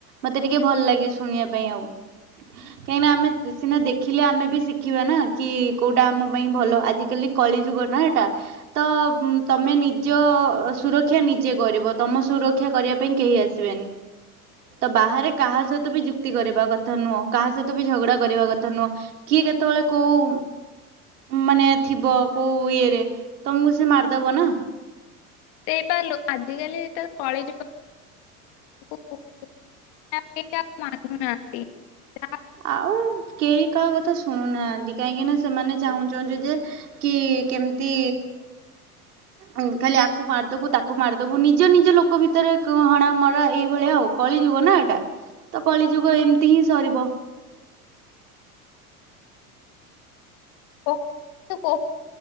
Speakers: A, on the right; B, on the left.
A: ମତେ ଟିକେ ଭଲ ଲାଗେ ଶୁଣିଆ ପାଇଁ ଆଉ। କାହିଁକିନା ଆମେ ସ-ସିନା ଦେଖିଲେ ଆମେ ବି ଶିଖିବା ନା କି କୋଉଟା ଆମ ପାଇଁ ଭଲ ଆଜିିକାଲି କଳିଯୁଗ ନା ଏଟା। ତ ତମେ ନିଜ ସୁରକ୍ଷା ନିଜେ କରିବ ତମ ସୁର କ୍ଷା କରିବା ପାଇଁ କେହି ଆସିବେନି। ତ ବାହାରେ କାହା ସହିତ ବି ଯୁକ୍ତି କରିବା କଥା ନୁହଁ କାହା ସହିତ ବି ଝଗଡା କରିବା କଥା ନୁହଁ। କିଏ କେତେବେଳେ କୋଉ ମାନେ ଥିବ କୋଉ ଇଏ ରେ ତମୁକୁ ସେ ମାରିଦବ ନା।
B: ସେଇପା ଲୋ-ଆଜିିକାଲି ଏଟା କଳିଯୁ <inaudible>
A: ଆଉ କେହି କାହା କଥା ଶୁଣୁନାହାନ୍ତି କାହିଁକି ନା ସେମାନେ ଚାହୁଁଚନ୍ତି ଯେ କି କେମିତି ଆ-ଉ ଖାଲି ଆକୁ ମାରିଦବୁ ତାକୁ ମାରିଦବୁ ନିଜ ନିଜ ଲୋକ ଭି ଭିତରେ କ-ହଣା ମରା ଏଇଭଳିଆ ଆଉ କଳି ଯୁଗ ନା ଏଟା ତ କଳିଯୁଗ ଏମିତି ହିଁ ସରିବ।
B: <inaudible> ପ୍ରକୁତରେ